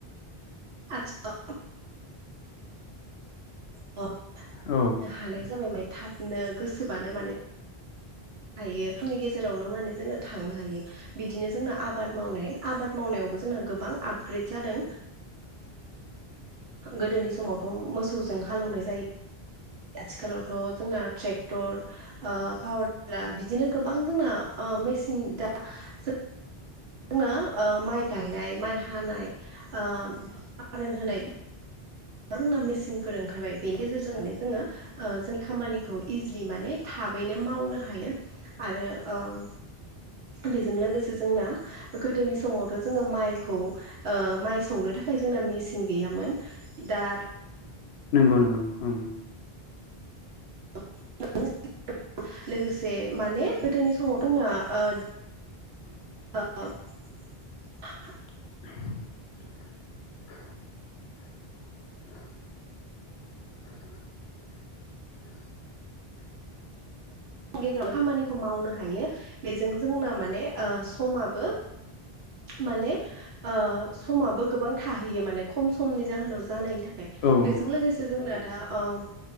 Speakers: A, on the right; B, on the left.
A: आतसा। औ।
B: औ
A: हानाय जाबाय माने थाबनो गोसोबानो माने हायो फुंनि गेजेरावनो माने जोङो थांनो हायो बिदिनो जोंना आबाद मावनाय आबाद मावनायाव जोंना गोबां आपगरेथ जादों गोदोनि समावथ मोसौजों हालोवनाय जायो। आथिखालावथ जोंना ट्रेक क्टर पावार टिलार बिदिनो गोबां जोंना मेसिन दा दों जोंना ओ माइ गायनाय माइ हानाय आ फारन होनाय आरो जोंना मेसिनफोर ओंखारबाय बेनि गेजेरजों माने जोङो ओ जोंनि खामानिखौ इजिलि माने थाबैनो मावनो हायो आरो ओम बेजों लोगोसे जोंना हो गोदोनि समावथ जोङो माइखौ ओ माइ सौनो थाखाय जोंना मेचन गैयामोन हो दा
B: नोंगौ नोंगौ ओ
A: <unintelligible> लोगोसे माने गोदोनि समाव जोंना ओ
B: <inaudible>
A: औ
B: <inaudible> <inaudible>
A: गेजेरावनो खामानिखौ मावनो हायो बेजों जोंना माने ओ समाबो माने ओ समाबो गोबां थाहैयो माने खम समनि जाहोनाव जानायनि थाखाय
B: औ
A: बेजों लोगोसे जोंना दा ओम